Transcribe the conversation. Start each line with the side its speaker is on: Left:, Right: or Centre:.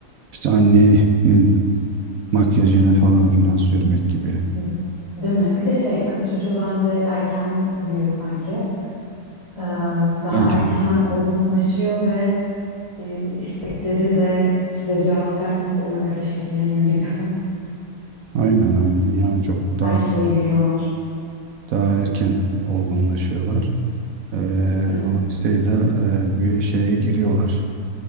Right: İşte annenin makyajını falan filan sürmek gibi.
Left: Hı. Değil mi? Bir de şey, kız çocuğu bence erken büyüyor sanki. Ee, daha
Right: Erken.
Left: erken hemen olgunlaşıyor ve e, istekleri de size cevap vermesi de ona göre şekilleniyor gibi.
Right: Aynen aynen. Yani çok daha
Left: <laughs> Her şeyi biliyorlar.
Right: daha erken olgunlaşıyorlar. E,
Left: Evet.
Right: dolayısıyla e, bir şeye giriyorlar.